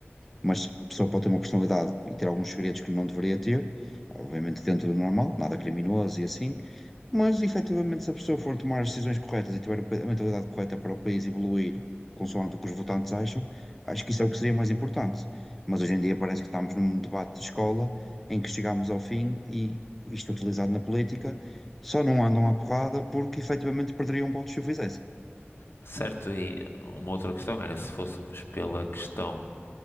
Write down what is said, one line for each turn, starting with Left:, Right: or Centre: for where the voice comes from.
Centre: mas a pessoa pode ter uma personalidade e ter alguns segredos que não deveria ter, obviamente dentro do normal, nada criminoso e assim, mas, efetivamente, se a pessoa for tomar as decisões corretas e tiver a mentalidade correta para o país evoluir, consoante o que os votantes acham, acho que isso é o que seria mais importante. Mas hoje em dia parece que estamos num debate de escola em que chegamos ao fim e isto utilizado na política só não andam à porrada porque efetivamente perderiam votos se o fizessem.
Left: Certo, e uma outra questão era se fôssemos pela questão.